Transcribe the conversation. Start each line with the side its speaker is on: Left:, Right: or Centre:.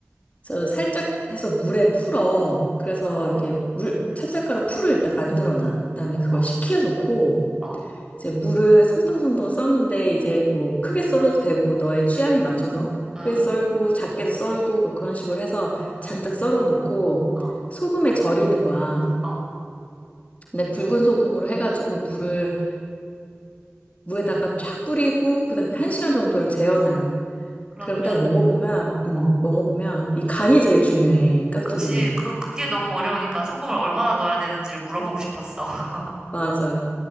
Left: 저 살짝 해서 물에 풀어. 그래서
Right: 어,
Left: 이렇게 물 찹쌀 가루 풀을 일단 만들어 놔. 그다음에 그걸
Right: 어,
Left: 식혀 놓고
Right: 어,
Left: 이제 물을 송동송동 써는데 이제 뭐 크게 썰어도 되고 너의 취향에 맞춰서
Right: 응,
Left: 크게 썰고 작게도 썰고 뭐 그런 식으로 해서 잔뜩
Right: 응,
Left: 썰어 놓고
Right: 어,
Left: 소금에 절이는 거야.
Right: 어.
Left: 근데 굵은 소금으로 해가지고 물을 무에다가 쫙 뿌리고 그다음에 한 시간 정도를 재워놔.
Right: 그러면,
Left: 그럼 다 먹어보면 음
Right: 어.
Left: 먹어보면 이 간이 제일 중요해 깍두기는.
Right: 그치. 그, 그게 너무 어려우니까 소금을 얼마나 넣어야 되는지를 물어보고 싶었어. <laughs>
Left: 맞아.